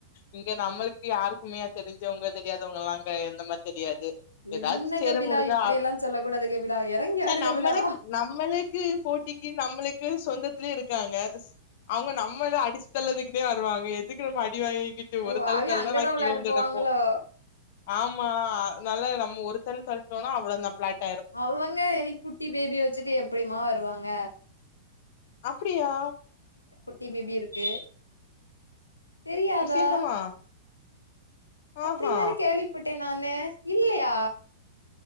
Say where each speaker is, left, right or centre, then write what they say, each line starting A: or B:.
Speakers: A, on the left; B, on the left.
A: இங்க நம்மள்க்கு யாருக்குமேயா தெரிஞ்சவங்க தெரியாதவங்க எல்லா எந்த மாரி தெரியாது ஏதாது
B: என்ன
A: சேர
B: கபிலா
A: முடிஞ்சா
B: இப்படி எல்லா சொல்ல கூடாது கபிலா எறங்கி
A: சேர்
B: ஆடு கபிலா
A: நம்மளுக் நம்மளுக்கு போட்டிக்கு நம்மளுக்கு கு சொந்தத்லயே இருக்காங்க அவங்க நம்மதா அடிச்சு தள்ளதுக்குனே வருவாங்க எதுக்கு நம்ம அடி டி வாங்கிகிட்டு ஒரு
B: ஓ
A: தள்
B: அவிய
A: தல்னா
B: அங்கதா
A: நா கீழ
B: விளையாட
A: விழுந்துகடப்போ
B: போவாங்களோ
A: ஆமா னால நம்ம ஒரு தள் தள்டோனா அவ்ளோ தா ஃப்ளாட்
B: அவங்க எலிக்கு குட்டி பேபிய வச்சுட்டு எப்டிமா வருவாங்க
A: அப்டியா
B: குட்டி பேபி இருக்கு தெரியாதா
A: விசேஷமா
B: அப்டின்
A: ஆஹா
B: தானே கேள்விப்பட்டே நானு இல்லயா